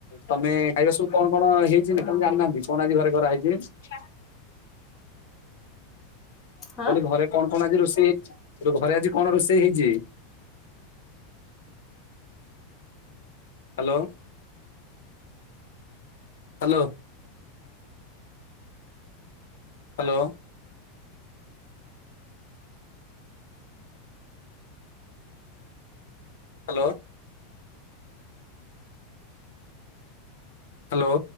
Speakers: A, on the left; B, on the left.
A: ତମେ ଖାଇବା ସବୁ କଣ କଣ ହେଇଛି
B: ହଁ
A: ତମେ ଜାଣିନାହାନ୍ତି,
B: ହଁ।
A: କଣ ଆଜି ଘରେ କରାହେଇଛି। ମୁଁ
B: ହଁ।
A: କହିଲି ଘରେ। କଣ କଣ ଆଜି ରୋଷେଇ ହେଇଛି ଏ ଯୋଉ ଘରେ ଆଜି କଣ ରୋଷେଇ ହେଇଛି। Hello hello. Hello. Hello. Hello.